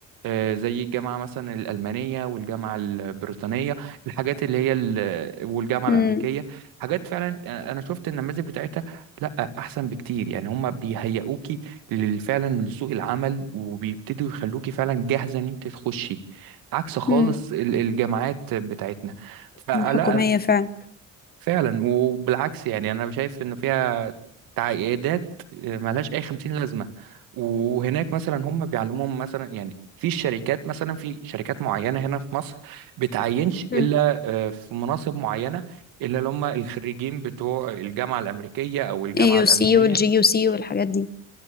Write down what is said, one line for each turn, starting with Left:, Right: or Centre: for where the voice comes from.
Right: إيه، زي الجامعه مثلا الالمانيه والجامعه البريطانيه الحاجات اللي هي ال- والجامعه
Left: مم.
Right: الامريكيه حاجات فعلا انا شفت النماذج بتاعتها لا احسن بكتير يعني هم بيهيئوكي لل- فعلا لسوق العمل وبيبتدوا يخلوكي فعلا جاهزه ان انت تخشي عكس خالص
Left: مم.
Right: ال- الجامعات بتاعتنا فلا
Left: الحكومية فعلا
Right: فعلا وبالعكس يعني انا شايف انه فيها تعقيدات ملهاش اي 50 لازمه وهناك مثلا هم بيعلموهم مثلا يعني في الشركات مثلا في شركات معينه هنا في مصر بتعينش
Left: مم.
Right: الا آه، في مناصب معينه الا اللي هم الخريجين بتوع الجامعه الامريكيه او الجامعه
Left: AUC
Right: الالمانيه
Left: والجي يو سي والحاجات دي